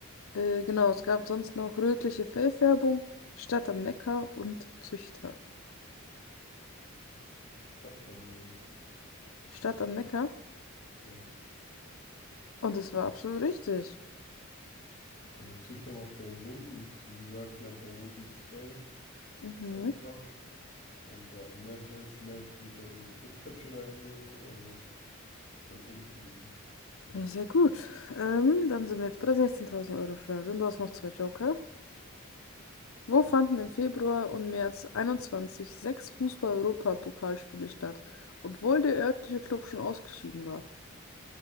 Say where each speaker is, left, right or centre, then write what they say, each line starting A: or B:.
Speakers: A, on the left; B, on the left.
A: Äh, genau, es gab sonst noch rötliche Fellfärbung, Stadt am Neckar und Züchter.
B: Ja, ich würde die Stadt dann nehmen.
A: Stadt am Neckar.
B: Ja,
A: Und es war absolut richtig.
B: weil Züchter macht keinen Sinn und wie gesagt, die haben kein rotliches Fell.
A: Mhm.
B: Das ist auch Quatsch. Und ja, die Märchen, einzige Märchenfigur fällt mir jetzt Rotkäppchen ein oder so. Also, das wäre komisch gewesen.
A: Ja, sehr gut. Ähm, dann sind wir jetzt bei der 16.000 Euro Frage. Und du hast noch zwei Joker. Wo fanden im Februar und März 21 sechs Fußball-Europapokalspiele statt, obwohl der örtliche Klub schon ausgeschieden war?